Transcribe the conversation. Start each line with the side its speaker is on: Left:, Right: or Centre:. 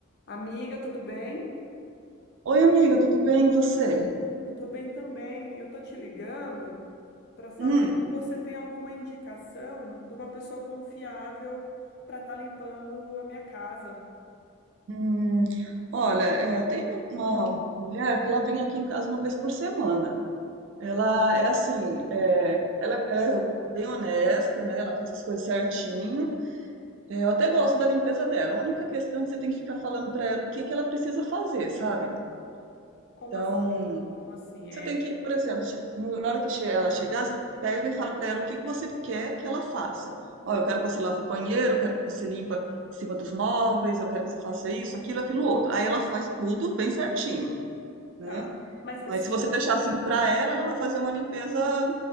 Left: Amiga, tudo bem?
Right: Oi, amiga, tudo bem? E você?
Left: Eu tô bem também. Eu tô te ligando para saber
Right: Hum,
Left: se você tem alguma indicação de uma pessoa confiável para estar limpando a minha casa.
Right: hum, olha, é, tem uma, uma mulher que ela vem aqui em casa uma vez por semana. Ela é assim, é, ela, ela é bem honesta, né? Ela faz as coisas certinho. É, eu até gosto da limpeza dela. A única questão é que você tem que ficar falando pra ela o que que ela precisa fazer, sabe? Então,
Left: Como assim? Como assim? É,
Right: Você tem que, por exemplo, che- no- na hora que che- ela chegar, você pega e fala para ela o que que você quer que ela faça. Ó, eu quero que você lave o banheiro, eu quero que você limpa em cima dos móveis, eu quero que você faça isso, aquilo, aquilo outro. Aí ela faz tudo bem certinho, né?
Left: tá. Mas assim,
Right: Mas se você deixar assim para ela, ela vai fazer uma limpeza